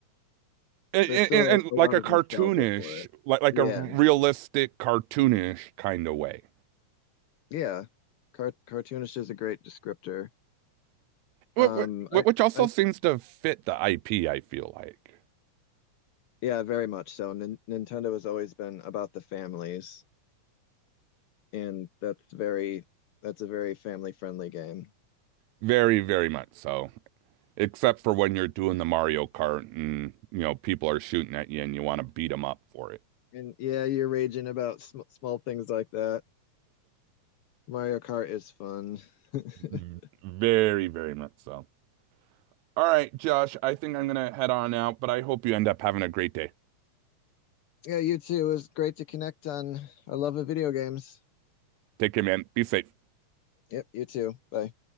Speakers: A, on the right; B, on the left.
A: and,
B: There's
A: and,
B: still
A: and
B: a lot
A: like a
B: of
A: cartoonish,
B: nostalgia for it.
A: like like
B: Yeah,
A: a realistic cartoonish kind of way.
B: yeah. Car cartoonish is a great descriptor.
A: Wh-
B: Um,
A: wh-
B: I,
A: Which also
B: I
A: seems to fit the IP, I feel like.
B: Yeah, very much so. Nin Nintendo has always been about the families, and that's very that's a very family-friendly game.
A: Very, very much so. Except for when you're doing the Mario Kart and, you know, people are shooting at you and you want to beat them up for it.
B: And yeah, you're raging about sm small things like that. Mario Kart is fun.
A: V-
B: <laughs>
A: Very, very much so. All right, Josh, I think I'm gonna head on out, but I hope you end up having a great day.
B: Yeah, you too. It was great to connect on our love of video games.
A: Take care, man. Be safe.
B: Yep, you too. Bye.